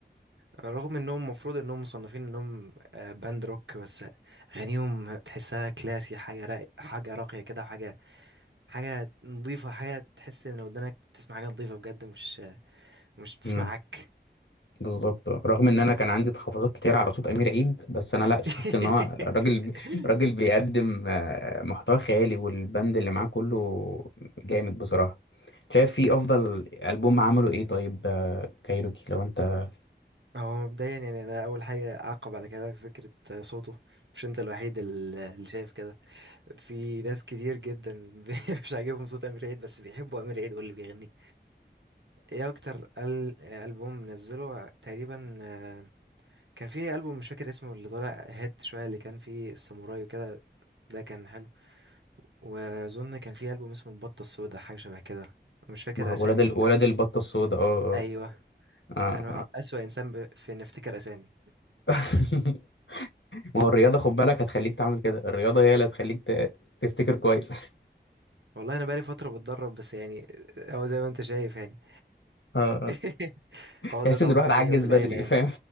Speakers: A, on the right; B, on the left.
A: رغم انهم المفروض انهم مصنفين انهم آه، باند روك بس اغانيهم تحسها كلاسي حاجه راق حاجه راقيه كده حاجه حاجه نظيفه حاجه تحس ان لو ودنك بتسمع حاجه نظيفه بجد مش مش بتسمع
B: امم
A: عك
B: بالظبط رغم إن أنا كان عندي تحفظات كتير على صوت أمير عيد بس أنا لا
A: <laughs>
B: شفت إن هو الراجل راجل بيقدم آه، محتوى خيالي والبند اللي معاه كله جامد بصراحة شايف فيه أفضل ألبوم عمله إيه طيب آه، كايروكي لو أنت
A: هو مبدئيا يعني انا اول حاجه اعقب على كلامك فكره صوته مش انت الوحيد ال- اللي شايف كده في ناس كتير جدا <laughs> مش عاجبهم صوت امير عيد بس بيحبوا امير عيد واللي بيغنيه ايه اكتر ال- آه، البوم منزله تقريبا آه، كان في ألبوم مش فاكر اسمه اللي طالع هات شوية اللي كان فيه الساموراي وكده ده كان حلو وأظن كان في ألبوم اسمه البطة السوداء حاجة شبه كده مش فاكر
B: ما- ولاد
A: أسامي
B: ال- ولاد البطة السوداء اه
A: أيوه
B: اه آه،
A: أنا
B: آه.
A: أسوأ إنسان ب... في إني أفتكر أسامي
B: <laughs> ما هو الرياضة خد بالك هتخليك تعمل كده الرياضة هي اللي هتخليك ت- تفتكر كويس <laughs>
A: والله أنا بقالي فترة بتدرب بس يعني هو زي ما أنت شايف يعني
B: آه.
A: <laughs> هو
B: تحس
A: ده طبع
B: ان الواحد
A: فيا
B: عجز
A: وفي العيلة
B: بدري
A: يعني
B: فاهم